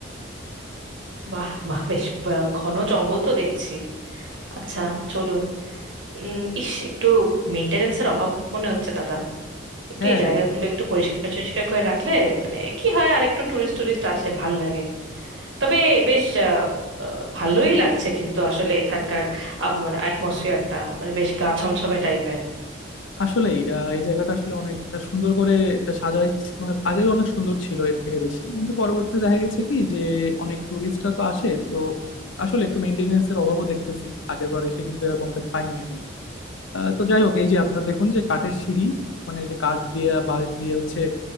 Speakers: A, on the right; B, on the left.
A: বাহ বাহ বেশ বা- ঘন জঙ্গল তো দেখছি আচ্ছা চলুন উম, ইস একটু মেনটেনেন্সের অভাব মনে হচ্ছে দাদা একটু
B: হ্যাঁ
A: এই জায়গাগুলো একটু পরিষ্কার পরিষ্কার করে রাখলে মানে কি হয় আর একটু টুরিস্ট টুরিস্ট আসে ভাল লাগে তবে বেশ আহ, আহ, ভালোই লাগছে কিন্তু আসলে এখানকার আব- মানে অ্যাটমসফিয়ারটা মানে বেশ গা ছমছমে টাইপের
B: আসলেই আহ, এই জায়গাটা আসলে অনেক সুন্দর করে সাজাই মানে আগে অনেক সুন্দর ছিল এর থেকে বেশি কিন্তু পরবর্তীতে দেখা গেছে কি যে অনেক টুরিস্টরা তো আসে তো আসলে একটু মেনটেনেন্স এর অভাবও দেখতেছি আগের বার এসে কিন্তু এরকমটা পাইনি আমি আহ, তো যাই হোক এই যে আপনার দেখুন যে কাঠের সিঁড়ি মানে এই যে কাঠ দিয়ে বাঁশ দিয়ে হচ্ছে